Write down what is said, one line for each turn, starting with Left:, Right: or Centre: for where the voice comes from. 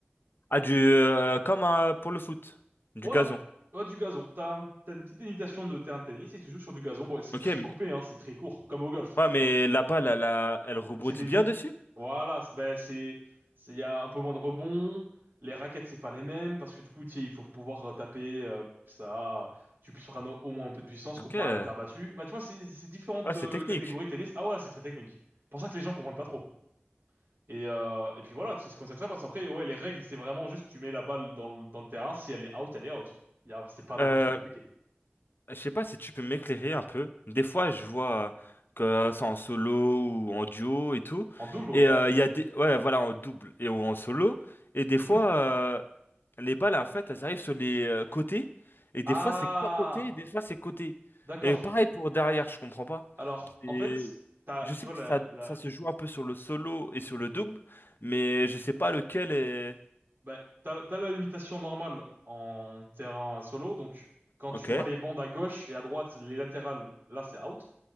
Left: Ah, du, euh, comme euh, pour le foot, du
Right: Voilà,
Left: gazon.
Right: Ouais, du gazon. T'as un- t'as une petite délimitation de terrain de tennis et tu joues sur du gazon. Bon, c'est
Left: Ok,
Right: très
Left: mais,
Right: coupé, hein, c'est très court, comme au golf,
Left: ouais, mais
Right: tu vois.
Left: la balle, elle, a- elle rebondit
Right: C'est des
Left: bien
Right: dips.
Left: dessus.
Right: Voilà, c'est- ben c'est, c'est- il y a un peu moins de rebonds. Les raquettes, c'est pas les mêmes parce que du coup, tu sais, il faut pouvoir euh, taper euh, pour que ça, tu puisses prendre au moins un peu de puissance
Left: Ok,
Right: comparé
Left: ouais,
Right: à la terre battue. Bah, tu vois, c'est c'est différentes
Left: c'est
Right: euh,
Left: technique.
Right: catégories de tennis. Ah voilà, c'est très technique. C'est Pour ça que les gens comprennent pas trop. Et, euh, et puis voilà, c'est c'est comme ça que ça passe. Après, ouais, les règles, c'est vraiment juste, tu mets la balle dans, le- dans le terrain. Si elle est out, elle est out. Il y a- C'est pas non
Left: Euh,
Right: plus trop compliqué.
Left: je sais pas si tu peux m'éclairer un peu. Des fois, je vois que c'est en solo ou en duo et tout.
Right: En double, ouais.
Left: Et euh, il y a des, ouais, voilà, en double et ou en solo. Et des
Right: Mhm.
Left: fois, euh, les balles, en fait, elles arrivent sur les euh, côtés. Et des
Right: Ah,
Left: fois, c'est pas côté, et des fois, c'est côté.
Right: d'accord.
Left: Et pareil pour derrière, je comprends pas.
Right: Alors,
Left: Et
Right: en fait, t'as,
Left: je
Right: tu
Left: sais
Right: vois,
Left: que
Right: la,
Left: ça,
Right: la-
Left: ça se joue un peu sur le solo et sur le double, mais je sais pas lequel est.
Right: Bah, t'as, t'as la limitation normale en terrain solo, donc quand
Left: Ok.
Right: tu vois les bandes à gauche et à droite, les latérales, là c'est out,